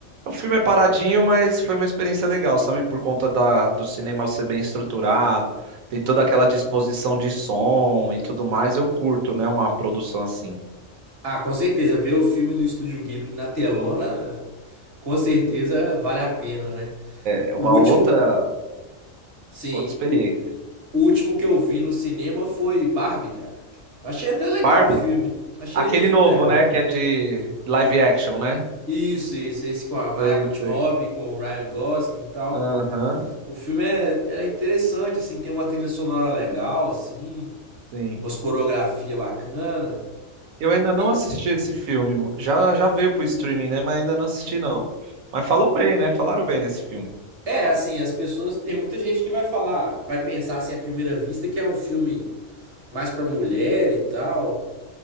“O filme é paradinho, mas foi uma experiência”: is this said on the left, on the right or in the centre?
Right